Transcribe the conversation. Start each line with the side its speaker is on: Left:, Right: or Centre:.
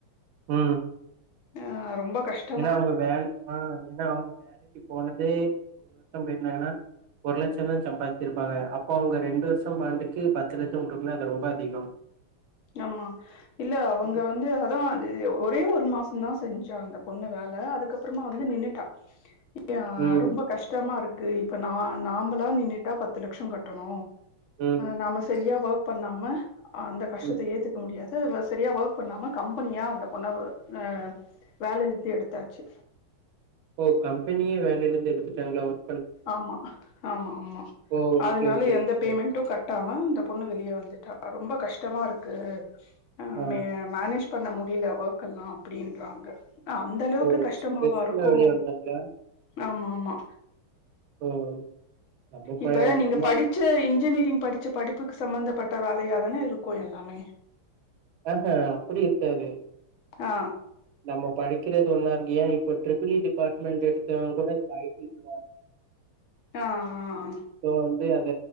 Right: ஆ
Left: ஆ ரொம்ப கஷ்
Right: எனா அவுங்க வேலைக் ஆ எனா அவுங்க வேலைக்குப் போனதே ஒரு வருஷம் போயிருந்தாங்கனா ஒரு லச்சோ தா சம்பாதிச்சிருப்பாங்க அப்போ அவங்க ரெண்டு வருஷோ பாண்டுக்கு பத்து லச்சோ குடுக்குனா அது ரொம்ப அதிகோ
Left: ஆமா இல்ல அவங்க
Right: ம்.
Left: வந்து அதா அது ஒரே ஒரு மாசொந்தா செஞ்சா அந்த பொண்ணு வேல அதுக்கப் அப்றமா வந்து நின்னுட்டா ஆ
Right: ம்.
Left: ரொம்ப கஷ்டமா இருக்கு இப்ப நா நாமளா நீன்னிட்டா பத்து லட்சோ கட்டணு
Right: ம்
Left: நாம சரியா ஒர்க் பண்ணாம அந்த கஷ்
Right: ம்.
Left: எத்துக்க முடியாது செரியா ஒர்க் பண்ணாம கம்பெனியா அந்த பொண்ணா அ வேலு குத்தி எடுத்தாச்சு
Right: ஓ கம்பெனியே வேலையில இருந்து எடுத்துட்டாங்களா ஒரு
Left: ஆமா ஆமா ஆமா
Right: ஓ!
Left: அதனால
Right: ஓகே, ஓகே,
Left: எந்த
Right: ஓகே.
Left: பேமெண்டு கட் டாம இந்த பொண்ணு வெளிய வந்துட்டா ரொம்ப கஷ்டமா இருக்கு அ
Right: ஆ.
Left: மே மேனேஜ் பண்ண முடில ஓர்க்கலா அப்டின்றாங்க அந்த அளவுக்கு
Right: ஓ!
Left: கஷ்டமாவா
Right: ஸ்ட்ரெஸ்ல
Left: இருக்கு
Right: வெளிய வந்துட்டாங்களா?
Left: ஆமா ஆமா
Right: ஓ நம்ம ப
Left: இப்ப நீங்க
Right: நம்ம
Left: படிச்ச இன்ஜினிரிங் படிச்ச படிப்புக்கு சம்பந்தப்பட்ட வேலயாதானே இருக்கு எல்லாமே
Right: அஹ்ஹே அப்டி இருக்காது
Left: ஆ
Right: நம்ம படிக்கிறது ஒன்னாருக் ஏ இப்ப ட்ரிபிள் இ டிபார்ட்மெண்ட் எடுத்தவ கூட இப்ப ஐ டி குள்ள
Left: ஆஹ்ஹஹ்ஹஹ
Right: சோ வந்து அத